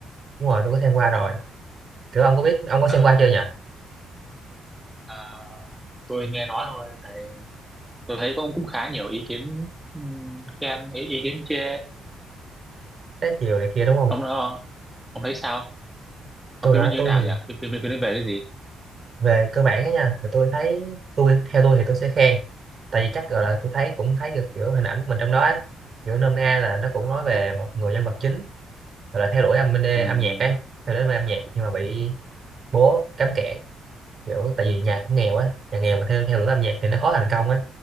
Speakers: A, on the right; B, in the centre.
A: đúng rồi tôi có xem qua rồi kiểu ông có biết ông có xem
B: à,
A: qua chưa nhỉ
B: à, tôi nghe nói thôi tại tôi thấy cũng cũng khá nhiều ý kiến ừm, khen ý, ý kiến chê
A: Trái chiều này kia đúng không
B: ông ờ, ông thấy sao Ờ,
A: tôi
B: phim
A: hả
B: nó như
A: tôi
B: thế nào
A: thì
B: nhỉ phim phim phim phim nó về cái
A: về cơ bản đó nha thì tôi thấy tôi theo tôi thì tôi sẽ khen tại vì chắc gọi là tôi thấy cũng thấy được kiểu hình ảnh của mình trong đó ấy. kiểu nôm na là nó cũng nói về một người nhân vật chính gọi là theo đuổi âm bên đê
B: gì
A: âm nhạc ấy theo đuổi âm nhạc nhưng mà bị bố cấm cản kiểu tại vì nhà cũng nghèo á nhà nghèo mà theo theo đuổi âm nhạc thì nó khó thành công á